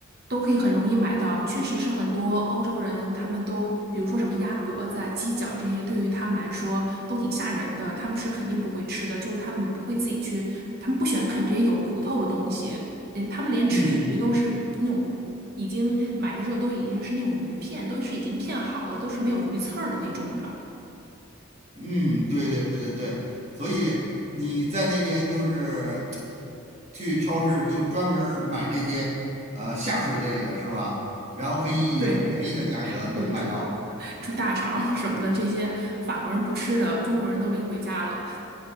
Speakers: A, on the right; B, on the right.
A: 都可以很容易买到。确实是很多欧洲人，他们都，比如说什么鸭脖子啊、鸡脚这些，对于他们来说都挺吓人的，他们是肯定不会吃的，就是他们不会自己去，他们不喜欢啃这些有骨头的东西。嗯，他们连吃鱼都是那种已经买的时候都已经是那种鱼片，
B: 嗯嗯
A: 都是已经片好的，都是没有鱼刺儿的那种的。
B: 嗯，对对对对，所以你在那边就是去超市就专门儿买这些呃下水类的是吧？然后可以以很便宜的价格能买到。
A: 对，对，猪猪大肠什么的，这些法国人不吃的，中国人都拎回家了。